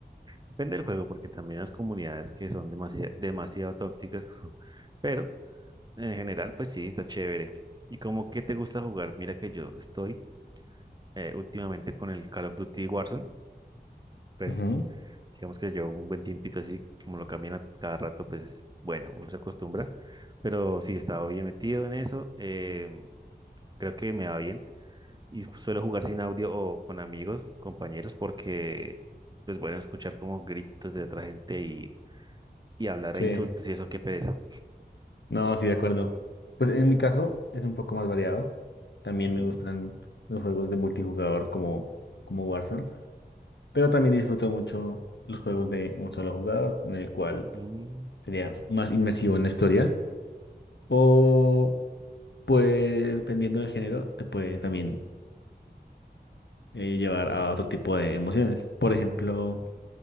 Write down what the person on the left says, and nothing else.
Ujú,
Sí,
no, sí, de acuerdo. Pues en mi caso es un poco más variado. También
me gustan los juegos de multijugador como, como Warzone. Pero también disfruto mucho los juegos de un solo jugador, en el cual
sería más inmersivo en la historia. O, pues, dependiendo del género, te puede también eh, llevar a otro tipo de emociones. Por ejemplo,